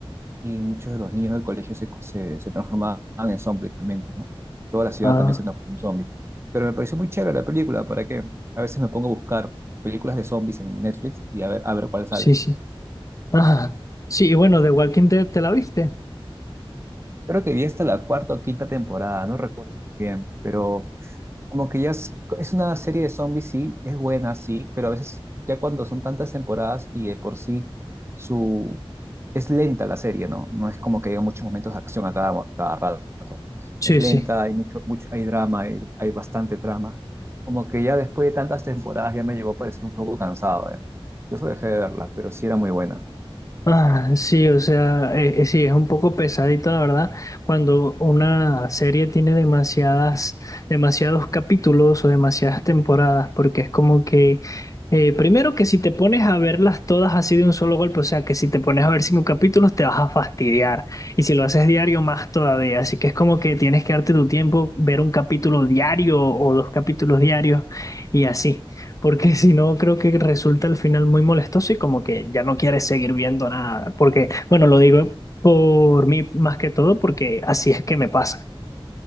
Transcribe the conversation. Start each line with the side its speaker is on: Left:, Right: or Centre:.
Right: y muchos de los niños del colegio se, co- se, se transformaban en zombies también, pues, ¿no? Toda la ciudad
Left: Ah,
Right: también se transformó en zombies. Pero me pareció muy chévere la película, ¿para qué? A veces me pongo a buscar películas de zombies en Netflix y a ver, a ver cuál sale.
Left: sí, sí. Ajá. Sí, y bueno, The Walking Dead, ¿te la viste?
Right: Creo que vi hasta la cuarta o quinta temporada, no recuerdo muy bien, pero Como que ya es, es una serie de zombies, sí, es buena, sí, pero a veces ya cuando son tantas temporadas y de por sí su es lenta la serie, ¿no? No es como que haya muchos momentos de acción a cada, a cada rato.
Left: Sí,
Right: Es lenta,
Left: sí.
Right: hay mucho, mucho, hay drama, hay, hay bastante drama. Como que ya después de tantas temporadas ya me llegó a parecer un poco cansado, ¿eh? Por eso dejé de verla, pero sí era muy buena.
Left: Ah, sí, o sea, eh, eh, sí, es un poco pesadito, la verdad, cuando una serie tiene demasiadas, demasiados capítulos o demasiadas temporadas, porque es como que, eh, primero que si te pones a verlas todas así de un solo golpe, o sea, que si te pones a ver cinco capítulos te vas a fastidiar, y si lo haces diario más todavía, así que es como que tienes que darte tu tiempo, ver un capítulo diario o dos capítulos diarios y así. Porque si no, creo que resulta al final muy molestoso y como que ya no quieres seguir viendo nada. Porque, bueno, lo digo por mí más que todo porque así es que me pasa.